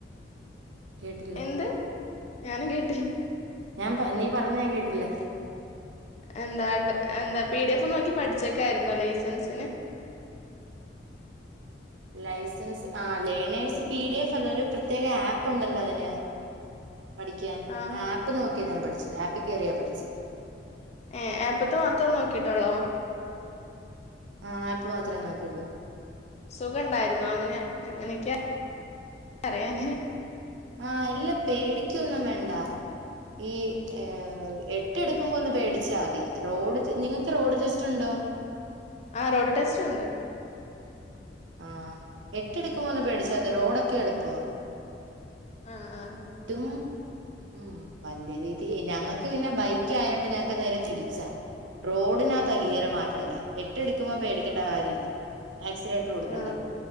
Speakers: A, on the right; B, on the left.
A: കേട്ടില്ല
B: എന്ത് ഞാനും കേട്ടില്ല
A: ഞാൻ പ നീ പറഞ്ഞ ഞാൻ കേട്ടില്ല
B: എന്താ അഡ എന്താ പി ഡി എഫ് നോക്കി പഠിച്ചക്കരുന്നോ ലൈസൻസിന്
A: ലൈസൻസ് ആ ലേണേഴ്സ് പി ഡി എഫ് അല്ല ഒരു പ്രത്യേക ആപ്പ് ഉണ്ടല്ലോ അതിന്. പഠിക്കാൻ
B: ആ
A: ആപ്പ് നോക്കിയാ ഞാൻ പഠിച്ചത് ആപ്പ് കയറിയാ പഠിച്ച്.
B: ഏയ് ആപ്പിൽ ത്തെ മാത്രം നോക്കിയിട്ടുള്ളോ.
A: ആഹ് ആപ്പ് മാത്രേ നോക്കിയുള്ളൂ.
B: സുഖ ഉണ്ടായിുന്നോ അങ്ങനെ എങ്ങനെ യൊക്കെയാ അറിയാന്.
A: ആഹ് അല്ല പേടിക്കൊന്നും വേണ്ട ഈ ഏ എ ട്ട്എടുക്കുമ്പോ ഒന്ന് പേടിച്ചാൽ മതി. റോഡ് നിങ്ങൾക്ക് റോഡ് ടെസ്റ്റ് ഉണ്ടോ?
B: ആ റോഡ് ടെസ്റ്ററ്റ് ഉണ്ട്.
A: ആഹ് എട്ടെടുക്കുമ്പോ ഒന്ന് പേടിച്ചാൽ അത്. റോഡൊക്കെ എളുപ്പമാ.
B: ആഹ് ആഹ ആ
A: ട്ടും. ഉം വല്യ രീതി ഞങ്ങക്ക് പിന്നെ ബൈക്ക് ആയോണ്ട് ഞങ്ങക്ക് നേരെ തിരിച്ചാ. റോഡിനകത്താ ഗീറ് മാറ്റേണ്ട് എട്ട് എടുക്കുമ്പോ പേടിക്കേണ്ട കാര്യം ല് ആക്സിഡേറ്ററ്
B: ആ
A: ടണ്ടൺ